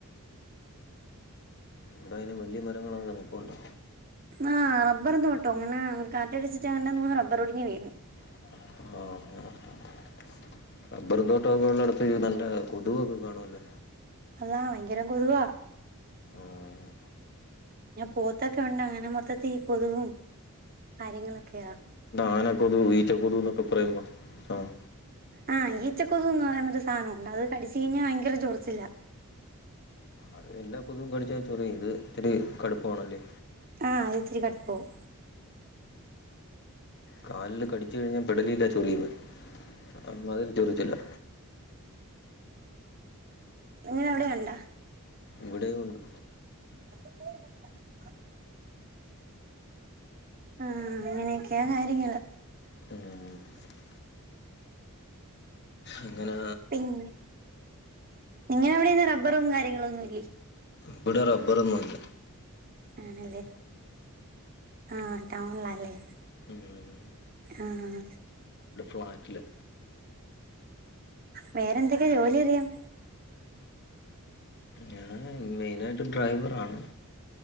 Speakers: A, on the left; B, on the right.
A: ഇവട അയിന് വല്ല്യ മരങ്ങൾ <unintelligible> പോണ് ണ്ടോ
B: ആഹ് റബ്ബർ തോട്ടം അങ്ങനെ കാറ്റടിച്ചിട്ട് അങ്ങനെ മൂന്ന് റബ്ബർ ഒടിഞ്ഞ് വീണ്
A: ആഹ് അങ്ങനെ റബ്ബർ തോട്ടം ഒക്കെ ഉള്ളടത്ത് നല്ല കൊതുവൊക്കെ കാണും അല്ലോ
B: അതാ ഭയങ്കര കൊതുകാ
A: ആഹ്
B: പിന്നെ പോത്തൊക്കെ ഉണ്ട് അങ്ങനെ മൊത്തത്തിൽ ഈ കൊതുകും കാര്യങ്ങളൊക്കെയാ
A: ആന കൊതുകും ഈച്ച കൊതു എന്നൊക്കെ പറയുമ്പോ ആഹ്
B: ആഹ് ഈച്ച കൊതുക് എന്ന് പറയുന്ന ഒരു സാനം ഉണ്ട് അത് കടിച്ച് കഴിഞ്ഞാൽ ഭയങ്കര ചൊറിച്ചിലാ
A: അത് എല്ലാം കൊതു ഇത് വേടിച്ച് വെച്ചോളീ ഇത് ഇത്തിരി കടുപ്പം ആണല്ലേ
B: ആഹ് അത് ഇത്തിരി കടുപ്പാവും.
A: കാലില് കടിച്ചു കഴിഞ്ഞാ പെടലീലാ ചൊറിയുന്നെ. അമ്മാതിരി ചൊറിച്ചിലാ.
B: ഇങ്ങളെ അവിടെ ഒണ്ടാ
A: ഇവിടെയും ഒണ്ട്.
B: <unintelligible> ആഹ് അങ്ങനെയക്കെയാ കാര്യങ്ങള്
A: <unintelligible> അങ്ങനാ
B: പിന്ന് നിങ്ങളെ അവിടെയൊന്നും റബ്ബറും കാര്യങ്ങളും ഒന്നുംല്ലേ?
A: ഇവിടെ റബ്ബറൊന്നൂല്ല.
B: ആണല്ലേ ആഹ് ടൗൺലാഅല്ലേ
A: ഉം.
B: ആഹ്
A: റ്റില്
B: വേറെ എന്തൊക്കെ ജോലി അറിയാം
A: ഞാന് <unintelligible> ഡ്രൈവർ ആണ്.